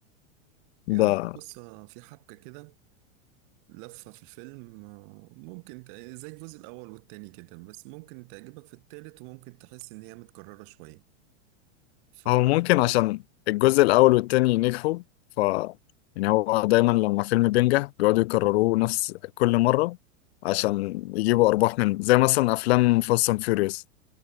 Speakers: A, on the right; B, on the left.
A: يعني
B: <laughs> ده
A: في قصة في حبكة كده لفة في الفيلم آه، ممكن ت- زي الجزء الأول والتاني كده بس ممكن تعجبك في التالت وممكن تحس إن هي متكررة شوية فبرضه
B: هو ممكن عشان الجزء الأول والتاني نجحوا ف يعني هو دايما لما فيلم بينجح بيقعدوا يكرروه نفس كل مرة عشان يجيبوا أرباح منه زي مثلا أفلام فاست أند فيوريوس